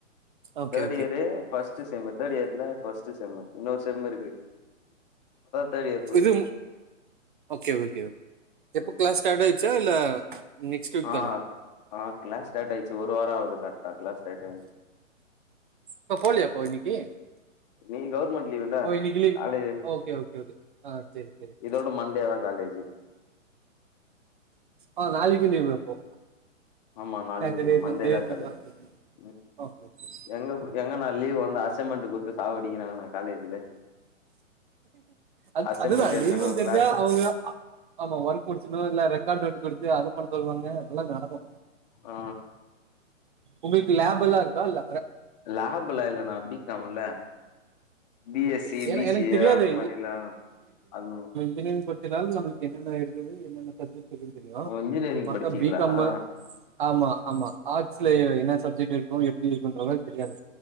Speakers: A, on the right (about 40°); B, on the left (about 30°).
A: okay
B: third
A: okay
B: year first sem third இயர்ல ஃபஸ்ட்டு செம்மு இன்னோரு செம்மு இருக்கு தேர்ட் இயர் போயிருக்கே
A: இது ஓகே ஓகே எப்ப
B: ம்
A: கிளாஸ் ஸ்டார்ட் ஆய்ருச்சா இல்ல நெக்ஸ்ட் வீக்
B: ஆ
A: தானா
B: ஆ க்ளாஸ் ஸ்டார்ட் ஆய்ட்ச்சு ஒரு வாரோ ஆகுது கரெக்ட்டா க்ளாஸ் ஸ்டார்ட் ஆயி
A: இப்ப போலியா இப்ப இன்னைக்கி
B: நீ கவர்மெண்ட் லீவுல்ல
A: ஓ இன்னிக்கு leave
B: college
A: okay okay okay ஆ செரி செரி செரி
B: இதோட மண்டே தா காலேஜு
A: ஆ நாளைக்கு லீவு அப்போ
B: ஆமா நாளைக்குலீவு
A: சாட்டர்டே
B: மண்டே
A: சண்டே
B: தா காலேஜ்
A: எல்லாம்
B: ம்
A: ஓகே ஓகே
B: எங்க போய் எங்கண்ணா லீவ் வந்து அசைன்மெண்ட்டு குடுத்து சாவ் அடிக்கிறாங்கண்ணா காலேஜ்ஜூல
A: அ
B: அசைன்மெண்ட்
A: அதுதா
B: எழுதணு
A: லீவு தெரிஞ்சா
B: கிளாஸ்
A: அவுங்க ஆமா ஒர்க் முடிச்சுர்னு இல்ல ரெக்கார்டு நோட் குடுத்து அத பண்ண சொல்லுவாங்க ல்ல நடக்கு
B: ஆ
A: உங்களுக்கு லேபெல்லா இருக்கா இல்ல
B: லேப்புலா இல்ல அண்ணா பி காம் முல்ல B
A: okay okay
B: S C
A: எனக்கு
B: B
A: எனக்கு
B: சி
A: தெரியாது
B: ஏ அந்த மாரில அது
A: வினைவுபடுத்தினால் நம்மளுக்கு என்னென்ன இருக்குது என்னன்ன சப்ஜெக்ட் னு தெரியு
B: ஓ இன்ஜினியரிங்
A: மத்த
B: படிச்சீங்களா
A: பி கம்மு
B: ஆ
A: ஆமா ஆமா ஆர்ட்ஸ்ல
B: ம்
A: என்ன சப்ஜெக்ட் இருக்கு எப்டி இருக்குன்றதே தெரியாது